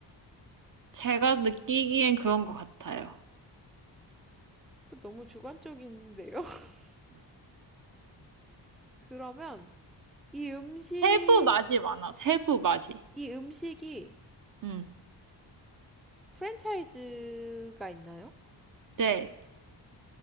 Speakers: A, on the right; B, in the centre.
A: 제가 느끼기엔 그런 것 같아요.
B: 너무 주관적인데요. <laughs> 그러면 이 음식,
A: 세부 맛이 많아. 세부 맛이.
B: 이 음식이
A: 응.
B: 프랜차이즈가 있나요?
A: 네.